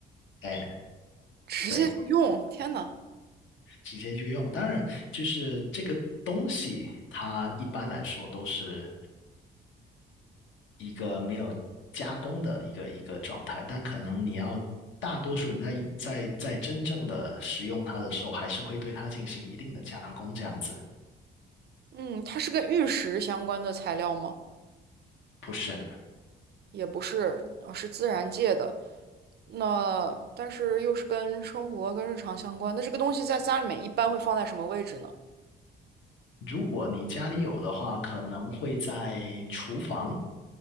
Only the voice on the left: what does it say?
哎，
对。
直接就用。当然，就是这个东西，它一般来说都是一个没有加工的一个一个状态，但可能你要大多数人在在在真正的使用它的时候，还是会对它进行一定的加工，这样子。
不是，
如果你家里有的话，可能会在厨房，